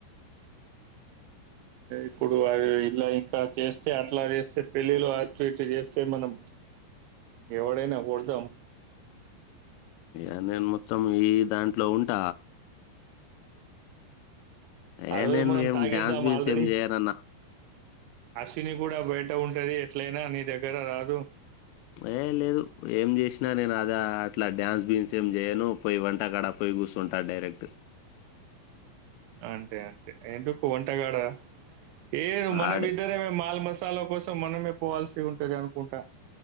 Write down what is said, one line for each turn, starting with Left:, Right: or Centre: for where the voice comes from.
Right: ఇప్పుడు ఇలా ఇంకా చేస్తే అట్లా చేస్తే పెళ్ళిలో అటు ఇటు చేస్తే మనం ఎవడైనా కొడతాం
Left: ఏందో ఏమో మొత్తం ఈ దాంట్లో ఉంట ఏ
Right: ఆ రోజు
Left: నేను
Right: మనం
Left: ఏం
Right: తాగేద్దాం
Left: డ్యాన్స్ బీన్స్
Right: ఆల్రెడీ
Left: ఏం చేయనన్నా
Right: తిని కూడా బయట ఉంటది ఎట్లయినా నీ దగ్గర రాదు
Left: ఏ లేదు ఏం జేసినా నేను అద అట్లా డ్యాన్స్ గీన్స్ ఏం చేయను పోయి వంటకాడ పోయి కూసుంట డైరెక్ట్
Right: అంతే అంతే ఎందుకు వంటగాడ ఏ మనమిద్దరమే
Left: ఆడే
Right: మాల్ మసాలా కస త్తం మనమే పోవాల్సి ఉంటది అనుకుంటా